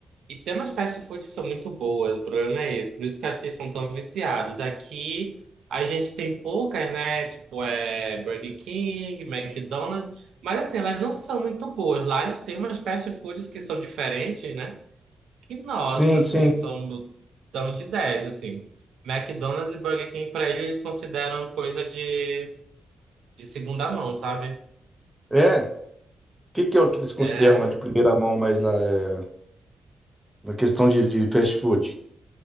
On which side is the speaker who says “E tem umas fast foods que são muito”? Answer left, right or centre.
Right